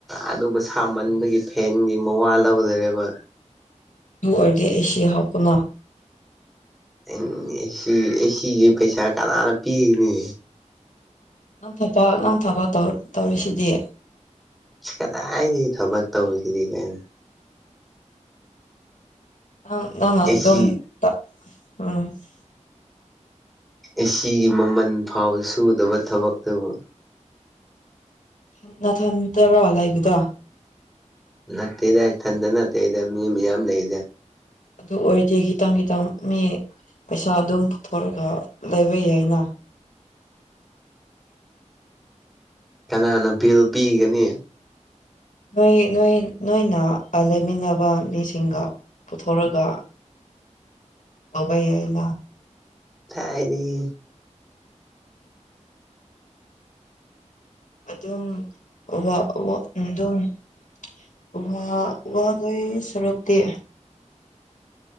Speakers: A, in the centre; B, on the left (about 80°).
A: ꯑꯗꯨꯕꯨ ꯁꯥꯃꯟꯕꯒꯤ ꯐꯦꯟꯒꯤ ꯃꯋꯥ ꯂꯧꯗ꯭ꯔꯦꯕ
B: ꯑꯗꯨ ꯑꯣꯏꯔꯒꯦ ꯑꯦꯁꯤ ꯍꯥꯞꯄꯅ
A: ꯎꯝ ꯑꯦꯁꯤ ꯑꯦꯁꯤꯒꯤ ꯄꯩꯁꯥ ꯀꯅꯥꯅ ꯄꯤꯒꯅꯤ
B: ꯉꯥꯡ ꯊꯕ ꯉꯥꯡ ꯊꯕꯧ ꯇꯧꯔꯤꯁꯤꯗꯤ
A: ꯀꯗꯥ ꯊꯕꯛ ꯇꯧꯕ ꯁꯤ ꯀꯥꯏ
B: ꯑ ꯑ ꯃ
A: ꯑꯦꯁꯤ
B: ꯑꯗꯨ ꯇ ꯎꯝ <inaudible> <unintelligible>
A: ꯑꯁꯤꯒꯤꯒꯤ ꯃꯃꯜ ꯐꯥꯎ ꯁꯨꯗꯕ ꯊꯕꯛꯇꯕꯨ
B: ꯊ ꯅꯊꯟꯇꯔ ꯍꯂꯏꯕꯨꯗ
A: ꯅꯠꯇꯦꯗ ꯏꯊꯟꯇ ꯅꯠꯇꯦꯗ ꯃꯤ ꯃꯌꯥꯝ ꯂꯩꯔꯦ
B: ꯑꯗꯨ ꯑꯣꯏꯔꯗꯤ ꯈꯤꯇꯪ ꯈꯤꯇꯪ ꯃꯤ ꯄꯩꯁꯥ ꯑꯗꯨꯝ ꯄꯨꯊꯣꯔꯒ ꯂꯩꯕ ꯌꯥꯏꯅ
A: ꯀꯅꯥꯅ ꯕꯤꯜ ꯄꯤꯒꯅꯤ
B: ꯅꯣꯏ ꯅꯣꯏ ꯅꯣꯏꯅ ꯂꯩꯃꯤꯟꯅꯕ ꯃꯤꯁꯤꯡꯒ ꯄꯨꯊꯣꯔꯒ ꯑꯥꯎꯚꯏꯂ
A: ꯊꯥꯏꯔꯤ <inaudible>
B: ꯑꯗꯨ ꯑꯗꯨꯝ ꯋꯥ ꯑꯗꯨ ꯑꯗꯨꯝ ꯋꯥꯗꯏ ꯁꯔꯇ